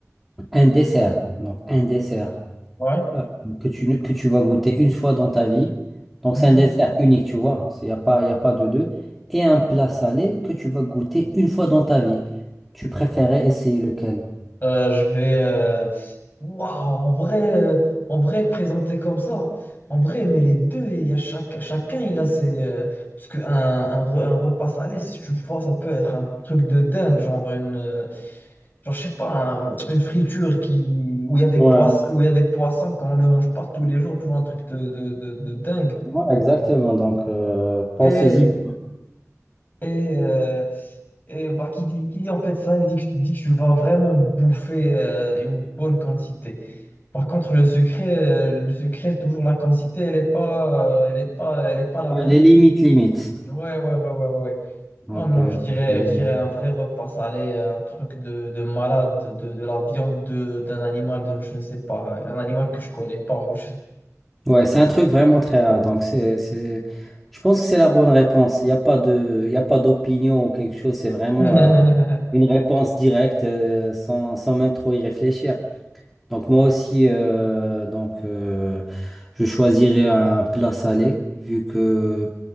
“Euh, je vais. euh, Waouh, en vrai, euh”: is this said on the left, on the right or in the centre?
Left